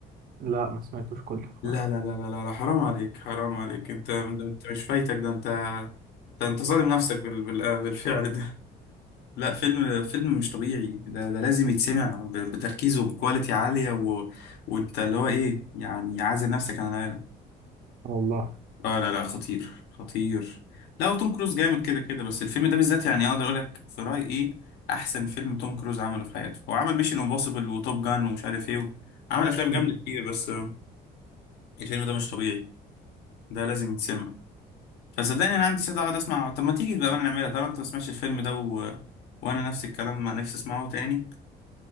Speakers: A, on the right; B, on the left.
A: لا ما سمعتوش كله
B: لا
A: <laughs>
B: لا لا لا لا لا، حرام عليك حرام عليك انت انت مش فايتك ده انت ده انت ظالم نفسك بال... بال... بالفعل لا فيلم فيلم مش طبيعي ده ده لازم يتسمع ب- بتركيز وبكواليتي عالية و... وانت اللي هو ايه يعني عازل نفسك عن العالم
A: والله
B: اه لا لا خطير خطير لا وتوم كروز جامد كده كده بس الفيلم ده بالذات يعني اقدر اقول لك في رأيي ايه احسن فيلم توم كروز عمله في حياته هو عمل ميشن امبوسيبل وتوب جان ومش عارف ايه عمل افلام جامدة
A: مم.
B: كتير بس آه، الفيلم ده مش طبيعي ده لازم يتسمع فصدقني انا عندي سعادة اقعد اسمع طب ما تيجي بقى نعملها طالما انت ما سمعتش الفيلم ده و... وانا نفس الكلام ما نفسي اسمعه تاني